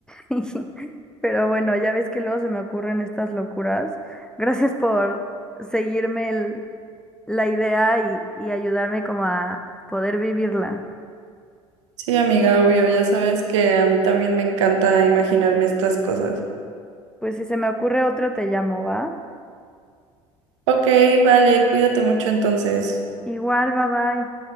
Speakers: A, in the centre; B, on the right.
A: <laughs> Pero bueno, ya ves que luego se me ocurren estas locuras. Gracias por seguirme el- la idea y, y ayudarme como a poder vivirla.
B: Sí, amiga, obvio, ya sabes que a mí también me encanta imaginarme estas cosas.
A: Pues si se me ocurre otro, te llamo, ¿va?
B: Ok, vale, cuídate mucho entonces.
A: Igual, bye bye.